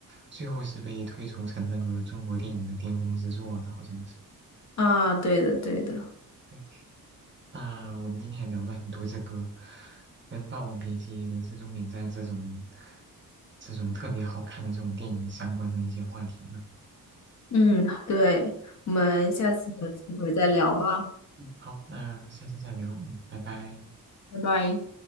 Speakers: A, on the right (about 30°); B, on the left (about 50°).
A: 最后是被推崇成那个中国电影的巅峰之作的，好像是。
B: 啊，对的，对的，
A: 对那我们今天也聊了很多这个跟《霸王别姬》《人生终点站》这种这种特别好看的这种电影相关的一些话题呢。
B: 嗯，对，我们下次有机会再聊吧，
A: 嗯，好，那下次再聊。嗯，拜拜。
B: 拜拜。